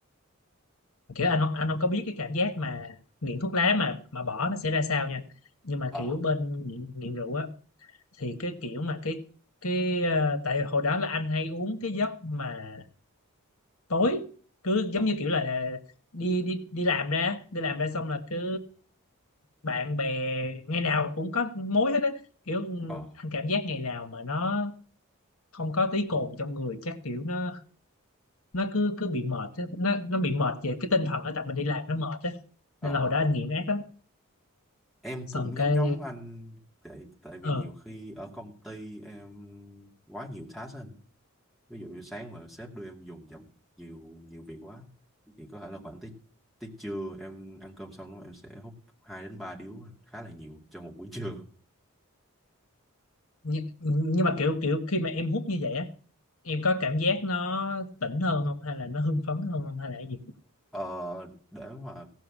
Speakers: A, on the left; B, in the centre.
A: kiểu anh không- anh không có biết cái cảm giác mà nghiện thuốc lá mà mà bỏ nó sẽ ra sao nha nhưng mà
B: ờ,
A: kiểu bên nghiện, nghiện rượu á thì cái kiểu mà cái cái ờ, tại hồi đó là anh hay uống cái giấc mà tối cứ
B: ờ,
A: giống như kiểu là đi đi đi làm ra đi làm ra xong là cứ bạn bè ngày nào cũng có mối hết á kiểu
B: ờ,
A: anh cảm giác ngày nào mà nó không có tí cồn trong người chắc kiểu nó nó cứ cứ bị mệt á. nó nó bị mệt về cái tinh thần á tại mình đi làm nó mệt á
B: ờ.
A: nên là hồi đó anh nghiện ác lắm
B: Em
A: xong
B: cũng
A: cái
B: giống giống anh tại tại vì
A: ờ
B: nhiều khi ở công ty em quá nhiều task á anh ví dụ như sáng mà sếp đưa em dùng chậm nhiều nhiều việc quá thì có thể là khoảng tới tới trưa em ăn cơm xong đó em sẽ hút 2 đến 3 điếu khá là nhiều cho một buổi trưa
A: nhưng, nhưng mà kiểu kiểu khi mà em hút như vậy á em có cảm giác nó tỉnh hơn không hay là nó hưng phấn hơn không hay là cái gì
B: ờ, để mà